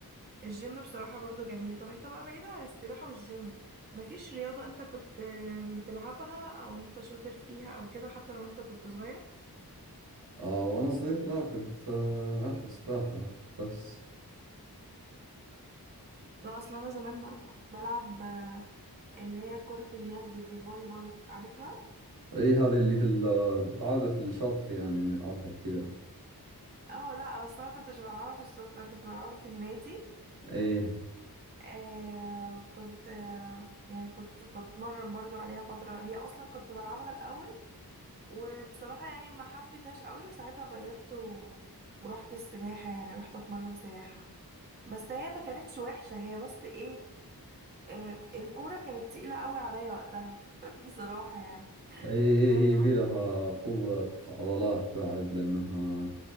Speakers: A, on the right; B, on the right.
A: الجيم بصراحة برضو جميل طب انت بقى بعيدة عن السباحة والجيم مفيش رياضة انت كنت آه، بتلعبها او انت شاطر فيها او كده حتى لو انت كنت صغير
B: آه، وأنا صغير لا كنت آه، ألعب سباحة بس
A: لا اصل انا زمان برضو كنت بلعب آه، اللي هي كرة اليد دي فولي بول عارفها
B: أي هذه اللي في ال- بالعادة في الشط يعني نلعبها وكذا
A: اه لا بس انا ما كنتش بلعبها في الشط انا كنت بلعبها في النادي
B: أي
A: آه كنت آه يعني كنت بتمرن برضو عليها فترة هي اصلا كنت بلعبها الاول وبصراحة يعني ما حبيتهاش قوي وساعتها غيرت و... ورحت السباحة يعني رحت اتمرن سباحة بس هي ما كانتش وحشة هي بس ايه آه الكورة كانت تقيلة قوي عليا وقتها <laughs> بصراحة يعني
B: أي هي
A: كانوا بيلعبوا
B: هي بيلها قوة عضلات بعد لأنها